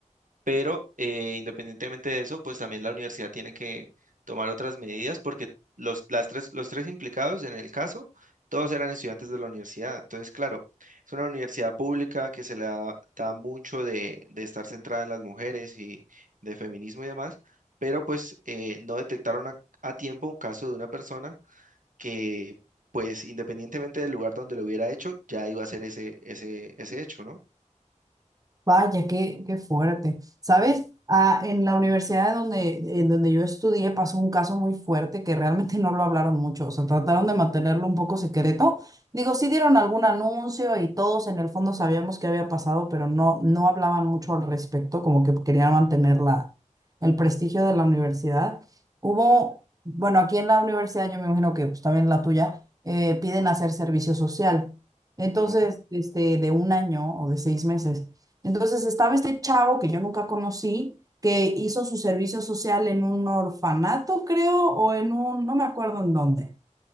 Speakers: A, on the right (about 85°); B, on the right (about 25°).
A: Pero eh, independientemente de eso, pues también la universidad tiene que tomar otras medidas porque los, las tres, los tres implicados en el caso, todos eran estudiantes de la universidad. Entonces, claro, es una universidad pública que se le da, da mucho de, de estar centrada en las mujeres y de feminismo y demás, pero pues eh, no detectaron a, a tiempo un caso de una persona que, pues independientemente del lugar donde lo hubiera hecho, ya iba a ser ese, ese, ese hecho, ¿no?
B: Vaya, qué, qué fuerte. ¿Sabes? Ah, en la universidad donde, en donde yo estudié pasó un caso muy fuerte que realmente <laughs> no lo hablaron mucho. O sea, trataron de mantenerlo un poco secreto. Digo, sí dieron algún anuncio y todos en el fondo sabíamos qué había pasado, pero no, no hablaban mucho al respecto, como que querían mantener la, el prestigio de la universidad. Hubo, bueno, aquí en la universidad, yo me imagino que pues, también la tuya, eh, piden hacer servicio social. Entonces,
A: Ya,
B: este, de un año o de seis meses. Entonces estaba este chavo que yo nunca conocí, que hizo su servicio social en un orfanato, creo, o en un, no me acuerdo en dónde,